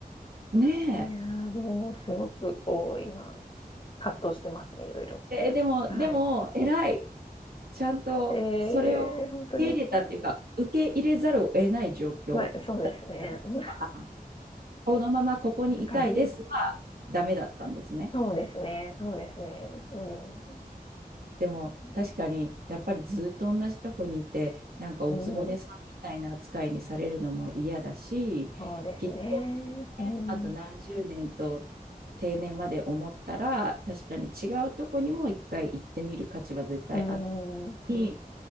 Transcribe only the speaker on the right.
ね
え、え、でも、
でも、偉い。ちゃんとそれを受け入れたっていうか、
受け入れざるを得ない状況
だったんですか。
あこのままここにいたいですは、
ダメだったんですね。
でも確かにやっぱりずっと同じとこにいてなんかおつぼねさんみたいな扱いにされるのも嫌だしきっと、
ね、あと何十年と定年まで思ったら確かに違うとこにも一回行ってみる価値は絶対あって、
行